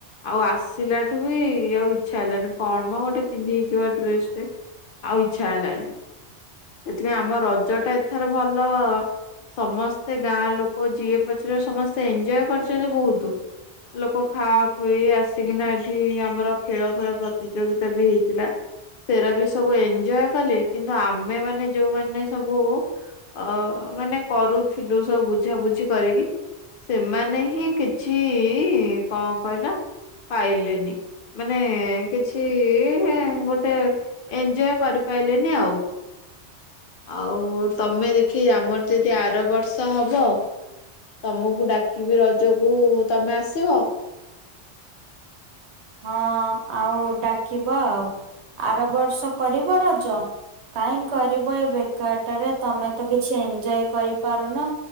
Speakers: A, on the left (about 60°); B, on the right (about 75°).
A: ଆଉ ଆସିଲାଠୁ ବି ଆଉ ଇଚ୍ଛା ହେଲାନି କଣ ଗୋଟେ ପିନ୍ଧି ହେଇଯିବା ଡ୍ରେସ ଆଉ ଇଚ୍ଛା ହେଲାନି। ସେଥିପାଇଁ ଆମ ରଜ ଟା ଏଥର ଭଲ ସମସ୍ତେ ଗାଁ ଲୋକ ଯିଏ ପଚାରିଲେ ସମସ୍ତେ ଏଞ୍ଜଏ କରିଚନ୍ତି ବହୁତ। ଲୋକ ଖାଆ ଖୁଇ ଆସିକିନା ଏଠି ଆମର ଖେଳ ଖେଳ ପ୍ରତିଯୋଗିତା ବି ହେଇଥିଲା। ସେରା ବି ସବୁ ଏଞଏ କଲେ କିନ୍ତୁ ଆ ମେ ମାନେ ଯୋଉମାନୋନ ସବୁ ଅ ମାନେ କରୁଥିଲୁ ସବୁ ବୁଝାବୁଝି କରିକି ସେମାନେ ହିଁ କିଛି କଣ କହିଲ ପାଇଲେନି ମାନେ କିଛି ଗୋଟେ ଏଞଏ କରିପାରିଲେନି ଆଉ। <inaudible> ଆଉ ତମେ ଦେଖି ଆମର ଯଦି ଆର ବର୍ଷ ହବ। ତମକୁ ଡାକିବି ରଜକୁ ତମେ ଆସିବ?
B: ହଁ ଆଉ ଡାକିବ ଆଉ ଆର ବର୍ଷ କରିବ ରଜ କାହିଁ କରିବ ଏ ବେକାରଟାରେ ତମେ ତ କିଛି ଏଞ୍ଜଏ କରିପାରୁନ।